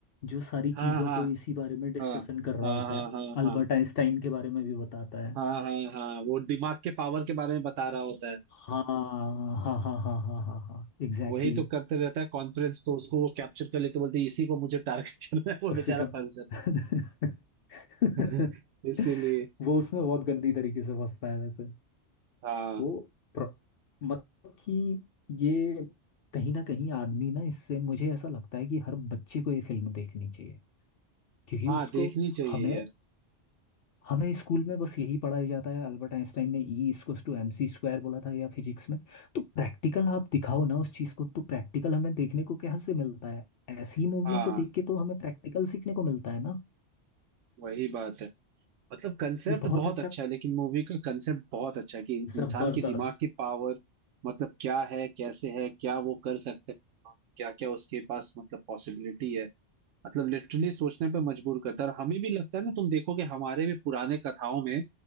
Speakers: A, on the left; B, on the right.
A: जो सारी
B: हाँ
A: चीजों
B: हाँ
A: को इसी बारे में डिस्कशन
B: हाँ
A: कर रहा
B: हाँ
A: होता
B: हाँ
A: है
B: हाँ
A: अल्बर्ट
B: हाँ
A: आइंस्टाइन के बारे में भी बताता है
B: हाँ हाँ हाँ वो दिमाग के पावर के बारे में बता रहा होता है
A: हाँ हाँ हाँ हाँ हाँ हाँ हाँ एग्जैक्टली
B: वही तो करते रहता है कॉन्फ्रेंस तो उसको वो कैप्चर कर लेते बोलते इसी को मुझे टारगेट <laughs> करना है वो
A: उससे
B: बेचारा
A: कम
B: फंस
A: <laughs> <laughs>
B: <laughs> इसीलिए
A: वो उसमें बहुत गंदी तरीके से फंसता है वैसे
B: हाँ
A: वो प्र- मतलब कि ये कहीं ना कहीं आदमी ना इससे मुझे ऐसा लगता है कि हर बच्चे को ये फिल्म देखनी चाहिए क्योंकि
B: हाँ
A: उसको
B: देखनी चाहिए
A: हमें
B: यार
A: हमें स्कूल में बस यही पढ़ाया जाता है अल्बर्ट आइंस्टाइन ने E equals to M C square बोला था या फिजिक्स में तो प्रैक्टिकल आप दिखाओ ना उस चीज़ को तो प्रैक्टिकल हमें देखने को कहाँ से मिलता है ऐसी मूवियों
B: हाँ
A: को देख के तो हमें प्रैक्टिकल सीखने को मिलता है ना
B: वही बात है मतलब कंसेप्ट
A: ये बहुत
B: बहुत
A: अच्छा
B: अच्छा है लेकिन मूवी का कंसेप्ट बहुत अच्छा है कि इंसान
A: जबरदस्त
B: के दिमाग की पावर मतलब क्या है कैसे है क्या वो कर सकते हैं क्या क्या उसके पास मतलब पॉसिबिलिटी है मतलब लिटरली सोचने पे मजबूर करता है और हमें भी लगता है ना तुम देखोगे हमारे भी पुराने कथाओं में